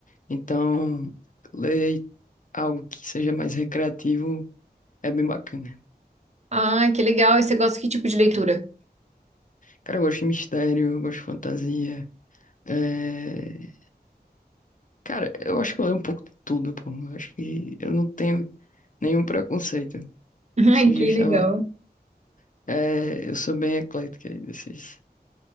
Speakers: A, on the left (about 50°); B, on the right (about 40°).
A: Então, ler algo que seja mais recreativo é bem bacana.
B: Ah, que legal. E você gosta que tipo de leitura?
A: Cara, eu gosto de mistério, eu gosto de fantasia. É... Cara, eu acho que eu leio um pouco de tudo, pô. Eu acho que eu não tenho nenhum preconceito.
B: <laughs>
A: Esse
B: Ai,
A: dia
B: que
A: eu estava
B: legal.
A: É, eu sou bem eclética aí desses,